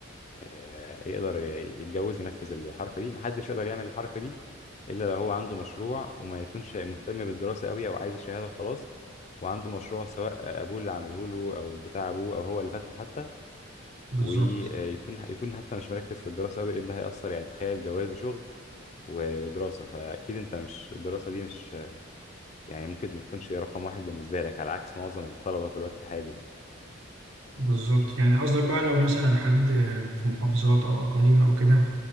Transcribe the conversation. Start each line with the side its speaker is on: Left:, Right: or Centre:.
Left: آه، يقدر يتجوز ينفذ الحركة دي محدش يقدر يعمل الحركة دي إلا لو هو عنده مشروع وما يكونش مهتم بالدراسة قوي أو عايز الشهادة وخلاص وعنده مشروع سواء أبوه اللي عامله له أو بتاع أبوه أو هو اللي فاتحه حتى
Right: بالظبط
Left: ويكون يكون حتى مش مركز في الدراسة قوي لأن ده هيأثر يعني تخيل جواز وشغل و- ودراسة فأكيد أنت مش الدراسة دي مش يعني ممكن ما تكونش رقم واحد بالنسبة لك على عكس معظم الطلبة في الوقت الحالي يعني.
Right: بالظبط يعني قصدك بقى لو مثلا حد آه، في محافظات أو أقاليم أو كده